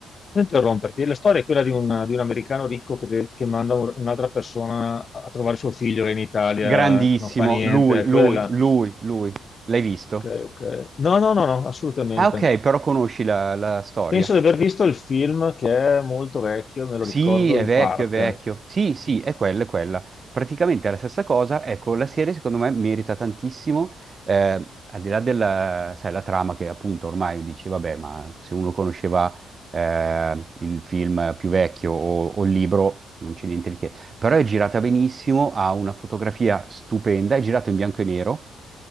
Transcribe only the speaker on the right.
grandissimo,
lui,
lui,
lui, lui, l'hai visto?
Ah ok, però conosci la la storia.
Sì,
è
vecchio,
è vecchio. Sì, sì, è quella, è quella. Praticamente è la stessa cosa. Ecco, la serie secondo me merita tantissimo, eh, al di là della, sai, la trama che appunto ormai dici, vabbè, ma se uno conosceva eh, il film più vecchio o, o il libro, non c'è niente di che. Però è girata benissimo, ha una fotografia stupenda, è girato in bianco e nero.